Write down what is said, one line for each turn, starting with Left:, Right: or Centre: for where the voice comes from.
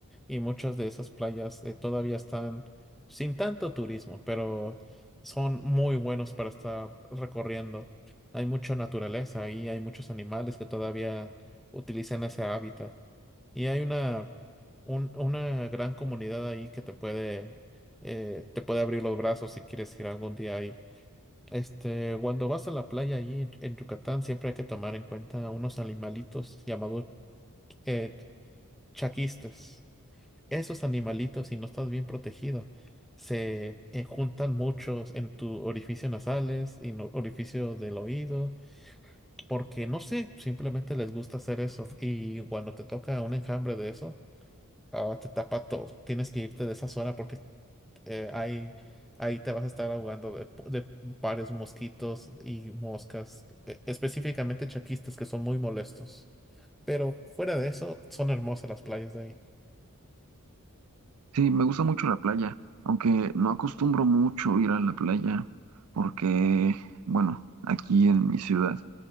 Centre: y muchas de esas playas eh, todavía están sin tanto turismo, pero son muy buenos para estar recorriendo. Hay mucha naturaleza ahí, hay muchos animales que todavía utilizan ese hábitat y hay una, un- una gran comunidad ahí que te puede, eh, te puede abrir los brazos si quieres ir algún día ahí. Este, cuando vas a la playa allí en, en Yucatán, siempre hay que tomar en cuenta unos animalitos llamados eh, chaquistas esos animalitos, si no estás bien protegido, se eh, juntan muchos en tu orificio nasales y no- orificio del oído, porque no sé, simplemente les gusta hacer eso. Y cuando te toca un enjambre de eso, ah, te tapa todo. Tienes que irte de esa zona porque eh, ahí, ahí te vas a estar ahogando de, po- de varios mosquitos y moscas, e- específicamente chaquistas que son muy molestos. Pero fuera de eso, son hermosas las playas de ahí.
Right: Sí, me gusta mucho la playa, aunque no acostumbro mucho ir a la playa porque, bueno, aquí en mi ciudad,